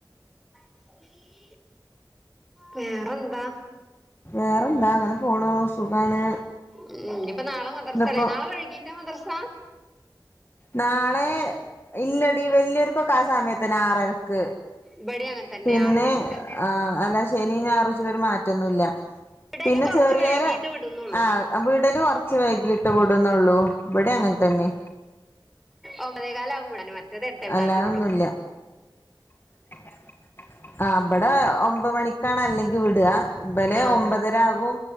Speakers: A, in the centre; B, on the left.
A: <inaudible> വേറെന്താ
B: വേറെന്താ അങ്ങനെ പോണു സുഖാണ്
A: ഉംഇനി ഇപ്പൊ നാളെ മദ്രസ
B: ഇന്നിപ്പോ
A: അല്ലേ നാളെ വൈകീറ്റാ മദ്രസ
B: നാളെ ഇല്ലടി വലിയൊരുക്കൊക്കെ ആ സമയത്ത്തന്നെ ആറരക്ക്
A: ഇബടയും അങ്ങനെ തന്നെ
B: പിന്നെ
A: ആറ് മണിക്ക്
B: ആ അല്ലാ ശനി ഞായറുച്ച് ഒരു മാറ്റൊന്നുമില്ല
A: വിടല്
B: പിന്നെ
A: കൊറച്ച്
B: ചെറിയരു
A: വൈകീട്ട് വിടുന്നുള്ളൂ
B: ആഹ് വിടല് കുറച്ച് വൈകിട്ട് വിടുന്നുള്ളൂ ഇബിടെ അങ്ങനെ തന്നെ
A: ഒമ്പതേ കാലാവകുമ്പോവിടും മറ്റേത് എട്ടേ
B: അല്ലാതൊന്നുല്ല
A: കാലിന് വിടും
B: <inaudible> ആ ഇബടെ ഒമ്പത് മണിക്കാണ് അല്ലെങ്കി വിടുക ഇബനെ
A: ആ
B: ഒമ്പതരാകും